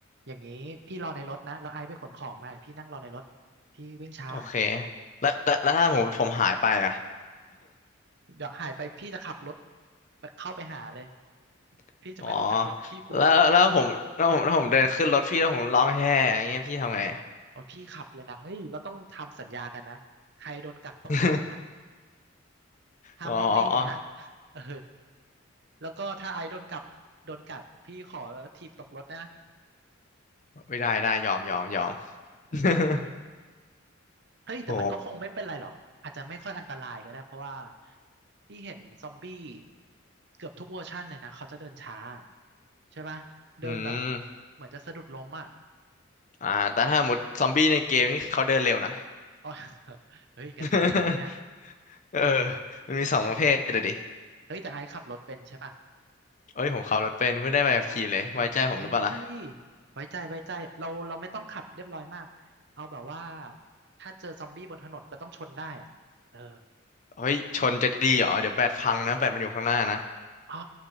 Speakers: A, on the right; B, on the left.
A: อย่างนี้พี่รอในรถนะแล้วไอซ์ไปขนของมาพี่นั่งรอในรถพี่วิ่งช้า
B: โอเคแล้วแล้วแล้วถ้าผมผมหายไปอ่ะ
A: เดี๋ยวหายไปพี่จะขับรถไปเข้าไปหาเลย
B: <laughs>
A: พี่จะไม่ลงจากรถพี่กลัว
B: อ๋อแล้วแล้วผมแล้วผมแล้วผมเดินขึ้นรถพี่แล้วผมร้องแฮ่อย่างเงี้ยพี่ทำไง
A: โอ้ยพี่ขับเลยนะเฮ้ยเราต้องทำสัญญากันนะใครโดนกัดต้องบอกนะ
B: <laughs>
A: ห้ามนิ่งๆนะ
B: อ๋อ
A: เออแล้วก็ถ้าไอซ์โดนกัดโดนกัดพี่ขอถีบตกรถนะ
B: ไม่ได้ได้ยอมยอมยอม
A: เออ
B: <laughs>
A: เฮ้ยแต่มันก็คงไม่เป็นไรหรอกอาจจะไม่ค่อยอันตรายก็ได้เพราะว่า
B: โห
A: พี่เห็นซอมบี้เกือบทุกเวอร์ชันเลยนะเขาจะเดินช้าใช่ไหมเดินแบบ
B: อืม
A: เหมือนจะสะดุดล้มอ่ะ <laughs>
B: อ่าแต่ถ้าหมดซอมบี้ในเกมนี่เขาเดินเร็วนะ
A: อ๋อเฮ้ยงั้นทำไงวะเนี่ย
B: <laughs> เออมันมีสองประเภทเลยดิ
A: เออเฮ้ยแต่ไอซ์ขับรถเป็นใช่ป่ะ
B: เอ้ยผมขับรถเป็นเพิ่งได้ใบขับขี่เลยไว้ใจผมหรือเปล่าล่ะ
A: โอเคเอ้ยไว้ใจไว้ใจเราเราไม่ต้องขับเรียบร้อยมากเอาแบบว่าถ้าเจอซอมบี้บนถนนก็ต้องชนได้อ่ะเออ
B: เฮ้ยชนจะดีเหรอเดี๋ยวแบตพังนะแบตมันอยู่ข้างหน้านะ
A: อ้า